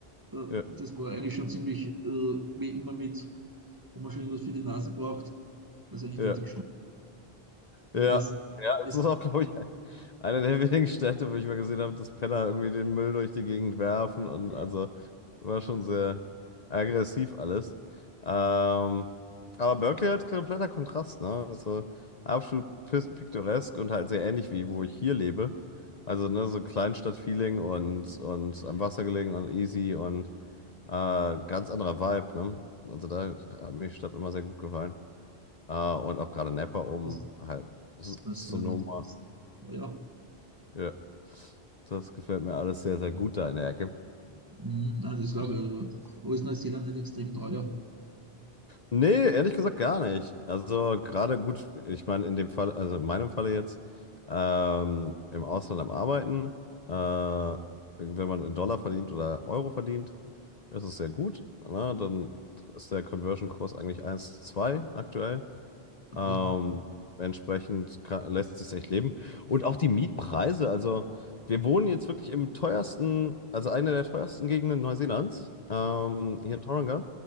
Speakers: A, on the right; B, on the left.
A: äh,
B: ja,
A: das war eigentlich schon ziemlich äh, wie immer mit. ob man schon irgendwas für die Nase braucht. Also eigentlich
B: ja.
A: der Dickschnitt. Also
B: Ja.
A: das,
B: Ja,
A: das,
B: es ist auch, glaube ich, ein- eine der wenigen Städte, wo ich mal gesehen habe, dass Penner irgendwie den Müll durch die Gegend werfen und
A: ja,
B: also war schon sehr aggressiv alles. Ähm, aber Berkeley halt kompletter Kontrast, ne? Also absolut pis- piktoresk und halt sehr ähnlich wie wo ich hier lebe. Also ne, so Kleinstadt-Feeling und, und am Wasser gelegen und easy und äh, ganz anderer Vibe, ne? Also da hat mir die Stadt immer sehr gut gefallen. Äh, und auch gerade Napa oben,
A: ist
B: halt S-
A: ist Neuseeland
B: Sonoma.
A: nicht. Ja,
B: Ja, das gefällt mir alles sehr, sehr gut da in der Ecke.
A: nein, das glaube ich. Aber aber ist Neuseeland nicht extrem teuer?
B: Nee, ehrlich gesagt gar nicht. Also gerade gut, ich meine in dem Fall, also in meinem Falle jetzt, ähm, im Ausland am Arbeiten, äh, wenn man in Dollar verdient oder Euro verdient, ist es sehr gut. Ne? Dann ist der Conversion-Kurs eigentlich eins zu zwei aktuell. Ähm,
A: Okay.
B: entsprechend kann, lässt sich echt leben. Und auch die Mietpreise, also wir wohnen jetzt wirklich im teuersten, also einer der teuersten Gegenden Neuseelands, ähm, hier in Tauranga.